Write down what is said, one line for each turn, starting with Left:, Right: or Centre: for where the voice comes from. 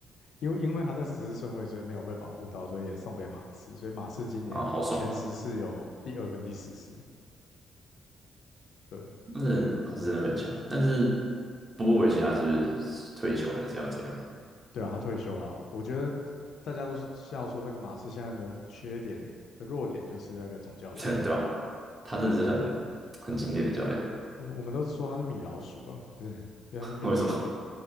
Left: 因为因为他在十四顺位，所以没有被保护到，所以也送给马刺。所以马刺今年前十是有第二跟第十四。
Right: 啊，好爽，
Left: 对
Right: 那人他是真的很强，但是波波维奇他是不是退休还是要这样啊？
Left: 对啊，他退休了。我觉得大家都笑说那个马刺现在的缺点的弱点就是那个总教练，
Right: <laughs> 对吧？他真的是很很经典的教练。
Left: 我我们都是说他是米老鼠啊，就是因为他是
Right: <laughs>
Left: m
Right: 为什么？
Left: i t c h i 嘛，
Right: <laughs>